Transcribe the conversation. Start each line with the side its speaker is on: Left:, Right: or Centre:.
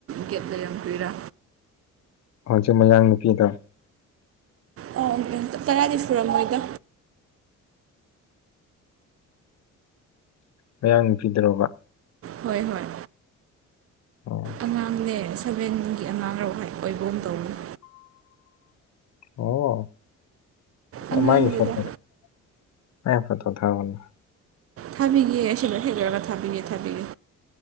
Right: ꯒꯦꯠ ꯂꯩꯔꯝꯛꯇꯣꯏꯔꯥ
Left: ꯍꯧꯖꯤꯛ ꯃꯌꯥꯡ ꯅꯨꯄꯤꯗ
Right: ꯑ <inaudible> ꯇꯔꯥꯗꯤ ꯁꯨꯔꯝꯃꯣꯏꯗꯣ
Left: ꯃꯌꯥꯡ ꯅꯨꯄꯤꯗꯔꯣꯕ
Right: ꯍꯣꯏ ꯍꯣꯏ
Left: ꯑꯣ
Right: ꯑꯉꯥꯡꯅꯦ ꯁꯕꯦꯟꯒꯤ ꯑꯉꯥꯡꯔ ꯍꯣꯏ ꯑꯣꯏꯕꯒꯨꯝ ꯇꯧꯕꯅꯤ
Left: ꯑꯣ
Right: ꯑꯉꯥꯡꯅꯤꯗ
Left: ꯃꯥꯏ <inaudible> ꯃꯥꯏ ꯐꯣꯇꯣ ꯊꯥꯔꯛꯑꯣꯅꯦ
Right: ꯊꯥꯕꯤꯒꯦ ꯁꯤꯗ ꯁꯤ ꯂꯣꯌꯔꯒ ꯊꯥꯕꯤꯒꯦ ꯊꯥꯕꯤꯒꯦ